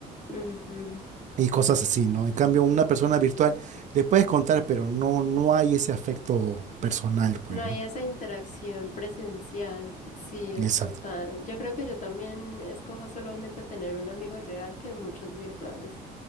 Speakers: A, on the left (about 45°); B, on the right (about 45°).
A: Ujú.
B: y cosas así, ¿no? En cambio, una persona virtual le puedes contar, pero no, no hay ese afecto personal, pues,
A: No hay
B: ¿no?
A: esa interacción presencial, sí, es
B: Exacto,
A: total. Yo creo que yo también escojo solamente tener un amigo real que muchos virtuales,